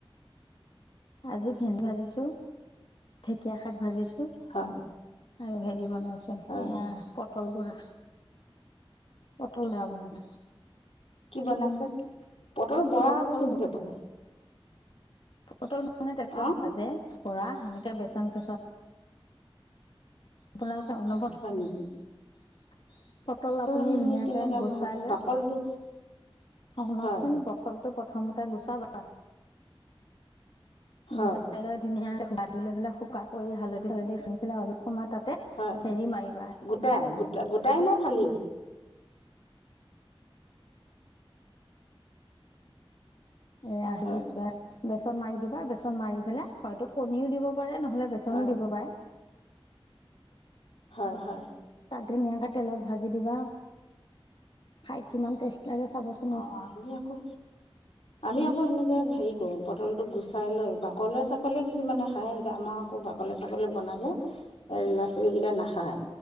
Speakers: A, on the left; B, on the left.
A: আজি ভেন্দি ভাজিছোঁ, ঢেকীয়া শাক ভাজিছোঁ।
B: হয়।
A: আৰু হেৰি বনাইছোঁ
B: হয়
A: এয়া প পটল বৰা, পটল ৰা বনাইছো।
B: কি বনাইছো, পটল বৰা
A: পটল
B: আকৌ কেনেকে বনাই?
A: পটল মানে তেলত
B: অ'
A: ভাজে, পৰা সেনেকে বেচন চেচন আপোনালোকে অনবৰত
B: হয় নেকি?
A: পটল আপুনি
B: আমি
A: ধুনীয়াকে
B: কেনেকে
A: গুচাই লৈ
B: বাকলটো
A: শ শুনকচোন
B: হয়
A: পটলটো প্ৰথমতে গুচাবা
B: হয়
A: গুচাই লৈ ধুনায়া কৈ ধোই লৈ পেলাই শুকাই কৰি হালধি হালধি সানি পেলাই অলপ সময় তাতে
B: হয়।
A: হেৰি মাৰিবা
B: গোটাই গোটা- গোটাই নে ফালি?
A: এয়া হেৰি
B: হয়
A: কিবা বেচন মাৰি দিবা, বেচন মাৰি পেলাই হয়তো কণীও দিব পাৰে নহ'লে বেচ বেচনো
B: হয়
A: দিব পাৰে।
B: হয় হয়।
A: তাত ধুনীয়াকে তেলত ভাজি দিবা, খাই কিমান টেষ্ট লাগে চাব চো
B: অঁ আমি আকৌ আমি আকৌ সেনেকে হেৰি কৰো, পটলটো গুচাই লৈ বাকলে চাকলে কিছুমানে খাই, এতিয়া আমা আকৌ বাকলিয়ে ছাকলিয়ে বনালে এ ল'ৰা ছোৱালী কেইটাই নাখায়।